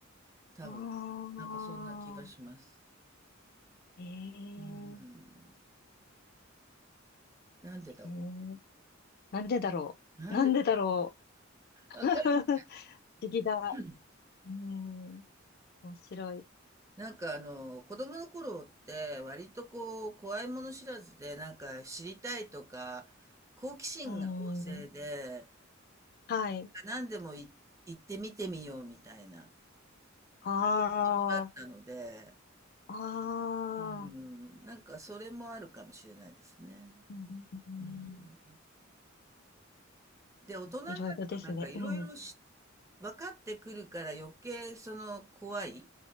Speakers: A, on the right; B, on the left.
A: 多分。
B: ああ、
A: なんかそんな気がします。
B: えー、
A: うーん。なんでだろ
B: えーなんでだろう。
A: う。なんで、
B: なんでだろ
A: わかる
B: う。<laughs> 不思議だ。
A: <clears throat>
B: うん、面白い。
A: なんかあの、子供の頃って割とこう、怖いもの知らずで、なんか知りたいとか、好奇心が旺盛で、
B: うん、はい。
A: 何でもい行ってみてみようみたいな、
B: ああ、
A: そういう子供だったので、
B: ああ、
A: うん、なんかそれもあるかもしれないですね。
B: うん、うん
A: うん。で、大人になるとなんかいろいろし
B: いろいろですね。うん。
A: 分かってくるから余計その怖い。